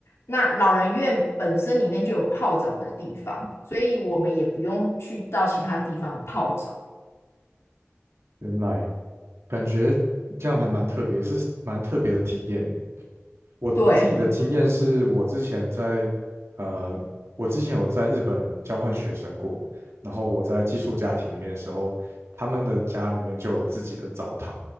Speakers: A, on the left (about 75°); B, on the right (about 75°).
A: 那老人院本身里面就有泡澡的地方，所以我们也不用去到其他地方泡澡。
B: 原来感觉这样还蛮特别，是蛮特别的体验。我我自己的经验是我之前在呃，
A: 对
B: 我之前有在日本交换学生过，然后我在寄宿家庭里面的时候，他们的家里面就有自己的澡堂，